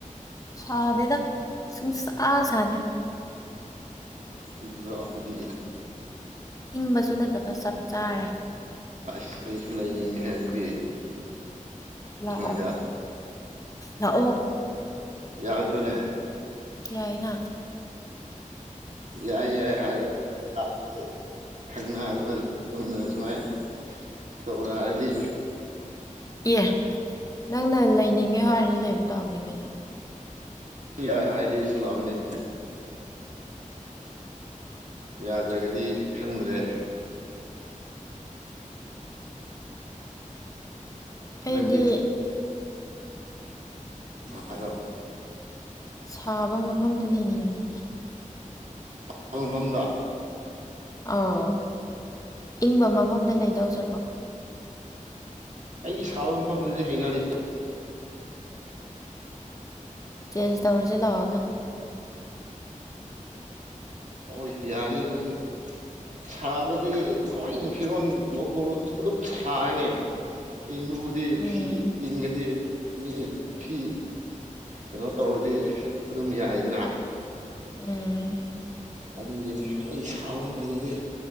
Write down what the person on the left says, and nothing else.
ꯁꯥꯗꯦꯗ ꯑꯥ ꯁꯥꯥꯗꯦ
ꯏꯪꯕꯁꯨ ꯅꯠꯇꯕ ꯆꯞ ꯆꯥꯔꯦ
ꯂꯥꯛꯑꯣ
ꯂꯥꯛꯑꯣ
ꯌꯥꯏꯅ
ꯑꯦ ꯅꯪꯅ ꯂꯩꯅꯤꯡꯉꯦ ꯍꯥꯏꯔꯅꯤ ꯂꯩꯕ ꯇꯥꯕꯅꯦ ꯀꯩꯅꯣ
ꯑꯩꯗꯤ
ꯁꯥꯕ ꯃꯐꯝꯗ ꯂꯩꯅꯤꯡꯉꯦ
ꯑꯥꯎ ꯏꯪꯕ ꯃꯐꯝꯗ ꯂꯩꯗꯧ ꯁꯔꯨꯛ
ꯆꯦꯟꯖ ꯇꯧꯔꯁꯤ ꯂꯥꯛꯑꯣ ꯅꯪ
ꯎꯝ
ꯎꯝ